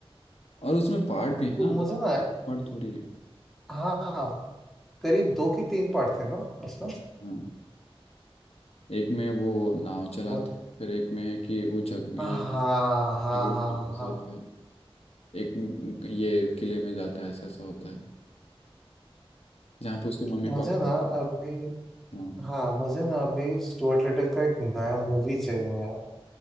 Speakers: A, on the left; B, in the centre.
A: और उसमें पार्ट भी है
B: मुझे
A: ना
B: ना
A: एक पार्ट थोड़ी है
B: हाँ करीब दो की तीन पार्ट थे ना असलम
A: हाँ एक में वो नाव चलाता
B: बहुत
A: है फिर एक में है कि वो झग
B: हाँ
A: ये झगड़े
B: हाँ हाँ
A: में फंस
B: हाँ
A: जाता है एक म- ये किले में जाता है ऐसा ऐसा होता है जहाँ पे उसके मम्मी
B: मुझे
A: पापा
B: ना अभी
A: हाँ
B: हाँ मुझे ना अभी स्टुअर्ट लिटिल का एक नया मूवी चाहिए यार